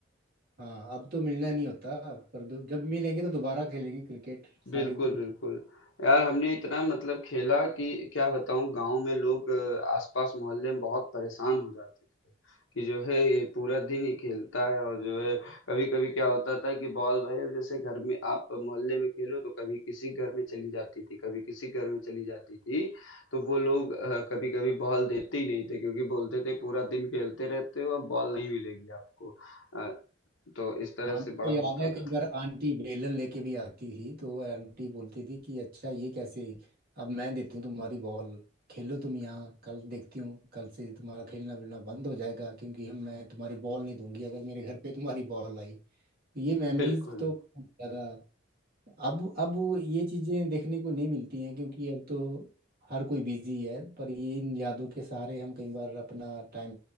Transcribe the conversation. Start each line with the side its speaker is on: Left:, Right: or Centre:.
Right: हाँ अब तो मिलना नहीं होता पर दो- जब मिलेंगे तो दोबारा खेलेंगे क्रिकेट
Left: बिल्कुल,
Right: सारी
Left: बिल्कुल। यार हमने इतना मतलब खेला कि क्या बताऊँ गाँव में लोग अ, आस-पास मोहल्ले में बहुत परेशान हो जाते थे, कि जो है ये पूरा दिन ही खेलता है और जो है कभी-कभी क्या होता था कि बॉल भाई अब जैसे घर में आप मोहल्ले में खेलो तो कभी किसी घर में चली जाती थी, कभी किसी घर में चली जाती थी, तो वो लोग अ, कभी-कभी बॉल देते ही नहीं थे क्योंकि बोलते थे पूरा दिन खेलते रहते हो अब बॉल नहीं मिलेगी आपको। अ, तो इस तरह
Right: हाँ मुझे
Left: से बड़ा
Right: तो याद
Left: होता
Right: है
Left: था।
Right: कई बार आंटी बेलन लेके भी आती थी तो आंटी बोलती थी कि अच्छा ये कैसे अब मैं देती हूँ तुम्हारी बॉल खेलो तुम यहाँ कल देखती हूँ कल से तुम्हारा खेलना वेलना बंद हो जाएगा क्योंकि हम मैं तुम्हारी बॉल नहीं दूंगी अगर मेरे घर पे तुम्हारी बॉल आई तो ये मेमोरीज
Left: बिल्कुल,
Right: तो बहुत ज्यादा अब अब वो ये चीजें देखने को नहीं मिलती हैं क्योंकि अब तो हर कोई बिजी है पर ये इन यादों के सहारे हम कई बार अपना टाइम